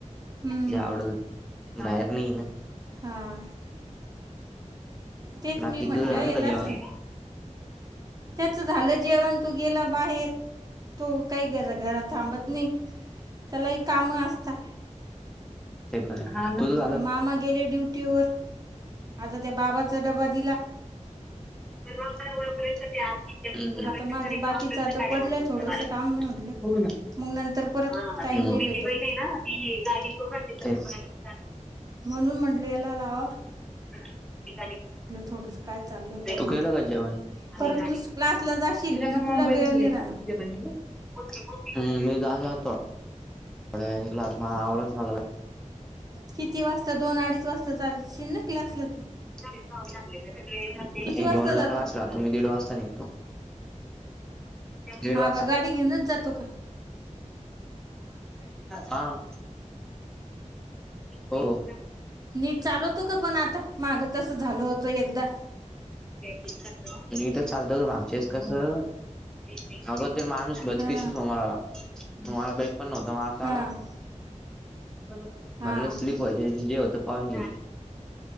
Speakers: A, on the right; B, in the centre.
A: हम्म
B: जे आवडलं ते बाहेर नाहीं नां.
A: हा तेच
B: बाकीचं
A: मी म्हटलं
B: कायं झालं
A: यालाच
B: कां जेवणं
A: त्याचं झालं जेवणं तो गेलां बाहेर तो कांहीं गं घरांत थांबतं नाहीं त्यांलाही लंय कामं असतां
B: ते कायं करतं
A: ते मामा गेले ड्युंटी वरं आतां त्यां बाबांचा डब्बा दिलां
B: हुम हु <unintelligible>
A: आता माझं बाकीचं आता पडलं थोडंसं काम म्हटलं मग नंतर परत
B: हम्मं हां
A: टाईम
B: ती पुढंची
A: नाही भेटत
B: बहिन आहे नां ती करूंन तेचं
A: म्हणूंन म्हटलं यांला लावावां
B: हुं
A: थोडंसं काय चाललं काही
B: तूं
A: नाही
B: केलं कां जेवणं हो
A: परत
B: तिलां
A: तूच क्लासला जाशील मग
B: कायं
A: तुला
B: मुंबई
A: वेळ
B: लां दीलयं
A: नाही राहणार
B: कां तिच्यां बहिनिलां हम्मं मी झालं होतो थोड्यां वेळांनी मलां आवरचं लागलां
A: किती वाजतां दोन अडीचं वाजतां जांशील नां क्लांसलां तुं
B: मी
A: वाजता
B: दोन
A: जातो
B: लां क्लांस रहातो मी एक दीड वाजतां निघतो दीड
A: हां
B: वाजता
A: कां गांडी घेऊनचं जातो कां
B: हां हो
A: नीट चालवतो कां पणं आतां मागं तसं झालं होतं एकदां
B: नीटचं चालवतो मागच्यां वेळेसं कसं अगं तो माणूंस बचकीशी
A: हां
B: समोर आलां मलां बाईक पणं नव्हतां माझं कां
A: हां
B: आलां म्हणलं
A: हां
B: स्लीप व्हांयची जे होतं पाहूंन गे